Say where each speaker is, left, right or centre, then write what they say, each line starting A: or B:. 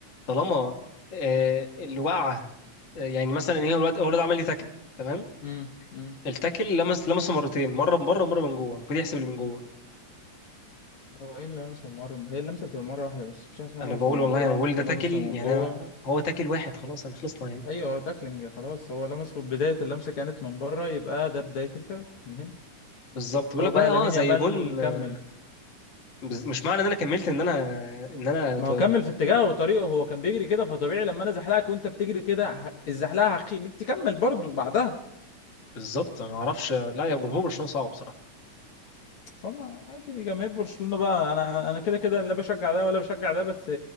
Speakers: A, on the left (about 40°); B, on the left (about 60°).
A: طالما آه، الوقعه آه، يعني مثلا ايه هو الواد هو الواد عمل لي تاكل تمام
B: امم
A: التاكل لمس لمسه مرتين مره من بره ومره من جوه المفروض يحسب اللي من جوه
B: هو ايه اللمس من بره هي اللمسه بتبقى مره واحده بس مفيش حاجه اسمها
A: انا
B: لمسه
A: بقول
B: من
A: والله
B: بره
A: انا بقول ده
B: ولمسه
A: تاكل يعني
B: من جوه
A: أنا هو تاكل واحد خلاص انا خلصنا يعني
B: ايوه هو تاكلينج خلاص هو لمسه بدايه اللمسه كانت من بره يبقى ده بدايه الفاول من هنا
A: بالظبط بيقول
B: هو
A: لك بقى
B: بقى
A: اه
B: لامين
A: زي
B: يامال
A: جون
B: كمل
A: آه، بز- مش معنى ان انا كملت ان انا ان انا اتو-
B: ما هو كمل في اتجاهه وطريقه هو كان بيجري كده فطبيعي لما انا زحلقك وانت بتجري كده ه- الزحلقه هخليك تكمل برضو بعدها
A: بالظبط أنا ما اعرفش لا يا جمهور برشلونه صعب بصراحه
B: فما عادي جماهير برشلونه بقى انا انا كده كده لا بشجع ده ولا بشجع ده بس